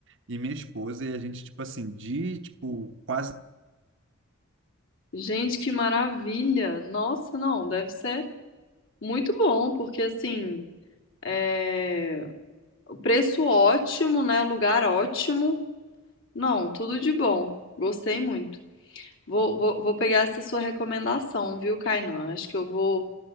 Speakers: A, on the right (about 60°); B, on the left (about 65°).
A: e minha esposa, e a gente, tipo assim, de, tipo, quase,
B: gente, que maravilha. Nossa, não, deve ser muito bom, porque assim, é... o preço ótimo, né? Lugar ótimo. Não, tudo de bom. Gostei muito. Vou, vou, vou pegar essa sua recomendação, viu, Kainan? Acho que eu vou,